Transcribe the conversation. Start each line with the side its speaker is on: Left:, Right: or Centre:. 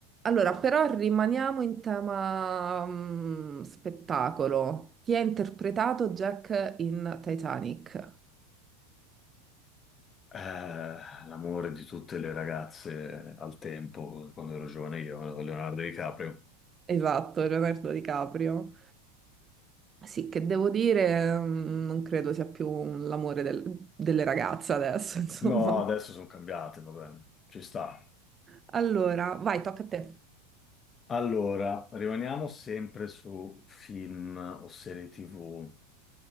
Right: Allora, però rimaniamo in tema mm, spettacolo. Chi ha interpretato Jack in Titanic?
Left: Eh, l'amore di tutte le ragazze al tempo, quando ero giovane io, Leonardo DiCaprio.
Right: Esatto, Leonardo DiCaprio. Sì, che devo dire, mm, non credo sia più un- l'amore del- delle ragazze adesso, <laughs> insomma.
Left: No, adesso sono cambiate, va bene, ci sta.
Right: Allora, vai, tocca a te.
Left: Allora, rimaniamo sempre su film o serie TV.